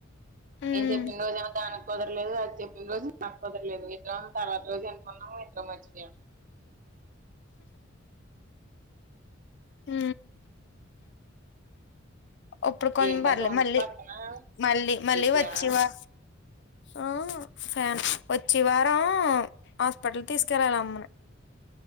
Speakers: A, on the left; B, on the right.
A: ఉమ్
B: ఏం చెప్పిన రోజు ఏమో దనకు కుదరలేదు అది చెప్పిన రోజు త కుదరలేదు ఇట్ తర్వాత రోజు చనుపన్నాము ఇందులో మర్చిపో
A: ఊ ఒప్పుడు కొంచెం
B: ఏంటా
A: పర్లేదు
B: సౌండ్స్
A: మళ్ళీ
B: పక్కన
A: మళ్ళీ మళ్ళీ
B: ఏసీయా
A: వచ్చివా ఆ ఫ్యాన్ వచ్చి వారం హాస్పిటల్ తీసుకెలరు ఆల అమ్మను